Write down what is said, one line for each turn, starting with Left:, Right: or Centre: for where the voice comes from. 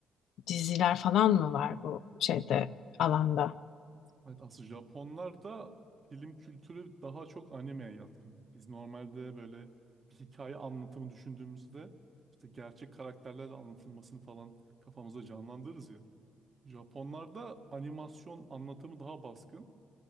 Left: diziler falan mı var bu şeyde alanda?
Right: Evet, aslında Japonlarda film kültürü daha çok animeye yatkın. Biz normalde böyle bir hikaye anlatımı düşündüğümüzde işte gerçek karakterlerle anlatılmasını falan kafamızda canlandırırız ya. Japonlarda animasyon anlatımı daha baskın.